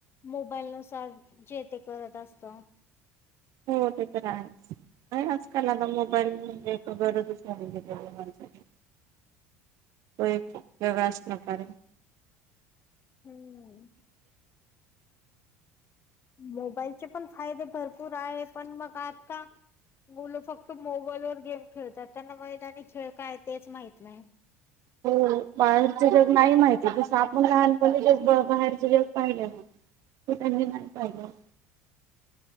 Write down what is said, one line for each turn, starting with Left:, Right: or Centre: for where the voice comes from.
Left: मोबाईल नुसार जे ते करत असत.
Right: हो ते तर आहेच. होय आजकाल आता मोबाईल म्हणजे एक गरजचं लागलीय मोबाईलसाठी तो एक वेगळाच प्रकार आहे.
Left: हम्म. मोबाईलचे पण फायदे भरपूर आहे पण मग आज का? मुलं फक्त मोबाईल वर गेम खेळतात त्यांना मग त्यांनी खेळ काय तेच माहित नाही.
Right: हो बाहेरचे जग नाही माहिती जस आपण लहानपणी ज बाहेरचे जग पाहिले ना? ते त्यांनी नाही पाहिलं?